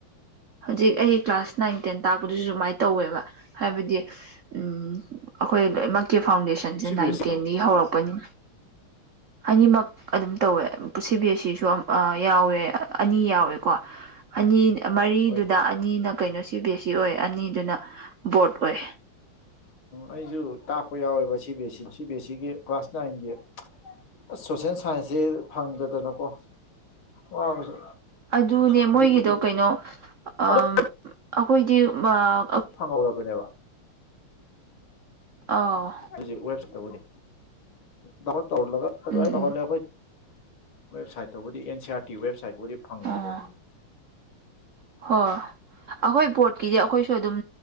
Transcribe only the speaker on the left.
ꯁꯤ ꯕꯤ
ꯑꯦꯁ ꯏꯗꯣ
ꯍꯣꯏꯅꯦ
ꯑꯩꯁꯨ ꯇꯥꯛꯄ ꯌꯥꯎꯋꯦꯕ C B S E C B S ꯁꯤꯒꯤ ꯀ꯭ꯂꯥꯁ ꯅꯥꯏꯟꯒꯤ ꯑꯁ ꯁꯣꯁꯦꯜ ꯁꯥꯏꯟꯁꯁꯦ ꯐꯪꯗꯗꯅꯀꯣ ꯋꯥꯕꯁꯦ
ꯍꯧꯖꯤꯛꯄꯨꯗꯤ
ꯑꯗꯨꯝ
ꯐꯪꯍꯧꯔꯕꯅꯦꯕ
ꯑꯗꯨꯖꯤꯛ ꯋꯦꯕꯁꯥꯏꯠ ꯇꯕꯨꯗꯤ ꯗꯥꯎꯂꯣꯠ ꯇꯧꯍꯜꯂꯒ ꯑꯗꯨꯋꯥꯏ
ꯇꯧꯍꯜꯂꯦ
ꯑꯩꯈꯣꯏ ꯋꯦꯕꯁꯥꯏꯠꯇꯕꯨꯗꯤ ꯑꯦꯟ ꯁꯤ ꯑꯥꯔ ꯇꯤ ꯋꯦꯕꯁꯥꯏꯠꯄꯨꯗꯤ ꯐꯪꯉꯕꯅꯤ